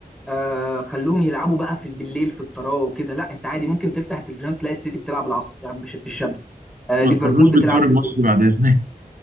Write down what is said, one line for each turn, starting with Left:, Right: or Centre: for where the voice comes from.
Centre: آه خلوهم يلعبوا بقى في بالليل في الطراوه وكده لا انت عادي ممكن تفتح التلفزيون تلاقي السيتي بتلعب العصر يعني في الشمس آه
Right: ما
Centre: ليفربول
Right: تقارنوش
Centre: بتلعب
Right: بالدوري المصري
Centre: بالليل
Right: بعد اذنك